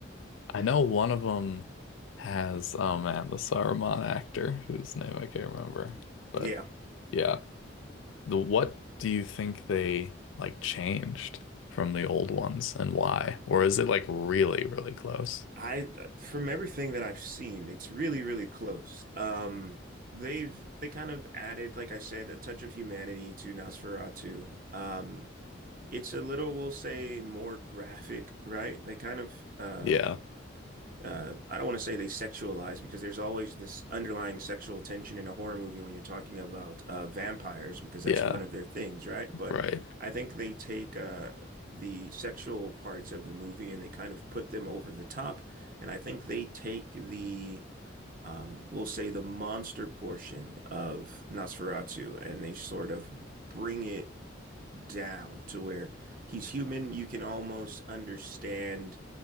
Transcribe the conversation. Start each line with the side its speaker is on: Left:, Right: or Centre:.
Left: I know one of them has, oh man, the Saruman actor whose name I can't remember. But
Right: Yeah.
Left: yeah, the what do you think they like changed from the old ones and why? Or is it like really, really close?
Right: I from everything that I've seen, it's really, really close. Um, they've they kind of added, like I said, a touch of humanity to Nosferatu. Um, it's a little, we'll say, more graphic, right? They kind of um,
Left: Yeah,
Right: uh, I don't want to say they sexualize because there's always this underlying sexual tension in a horror movie when you're talking about uh, vampires because that's
Left: yeah,
Right: one of their things, right? But
Left: right,
Right: I think they take uh, the sexual parts of the movie and they kind of put them over the top. And I think they take the, we'll say, the monster portion of Nosferatu and they sort of bring it down to where he's human. You can almost understand